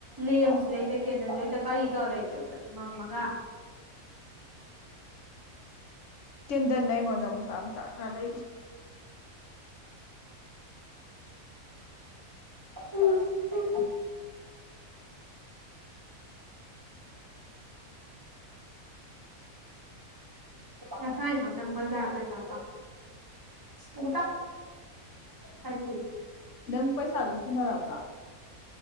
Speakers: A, on the right; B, on the left.
A: ꯂꯦꯝꯁꯨ ꯂꯩꯇ ꯀꯦꯟꯗꯜꯁꯨ ꯂꯩꯇ ꯀꯔꯤ ꯇꯧꯔ ꯂꯩꯇꯣꯏꯕ ꯃꯝꯃꯒ
B: ꯆꯤꯟꯗꯅ ꯀꯣꯅ ꯃꯨꯁꯥ ꯃꯨꯁꯥ ꯈꯥꯗ
A: ꯎꯝ ꯎꯝ ꯉꯁꯥꯅ ꯇꯪ ꯖꯥ ꯄꯦ ꯆꯥ ꯏ ꯍꯥꯏꯖꯤ
B: ꯅꯪ ꯄꯩꯁꯥꯗꯨꯣ ꯁꯨꯅꯔꯕ꯭ꯔꯥ